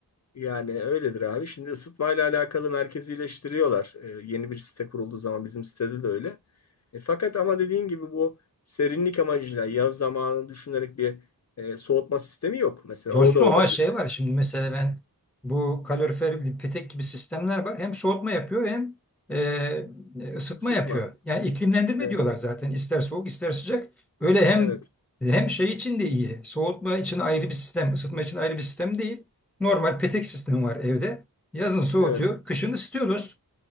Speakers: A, on the left; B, in the centre.
A: Yani öyledir abi. Şimdi ısıtmayla alakalı merkezileştiriyorlar. Ee, yeni bir site kurulduğu zaman bizim sitede de öyle. E, fakat ama dediğin gibi bu serinlik amacıyla yaz zamanını düşünerek bir e, soğutma sistemi yok. Mesela
B: Dostum
A: o da olabilir.
B: ama şey var şimdi mesela ben bu kalorifer petek gibi sistemler var. Hem soğutma yapıyor hem e, e, ısıtma
A: Isıtma.
B: yapıyor. Yani iklimlendirme
A: Evet.
B: diyorlar zaten ister soğuk ister sıcak. Öyle hem
A: Evet.
B: hem şey için de iyi. Soğutma için ayrı bir sistem, ısıtma için ayrı bir sistem değil. Normal petek sistemi var evde. Yazın soğutuyor,
A: Evet.
B: kışın ısıtıyor dost.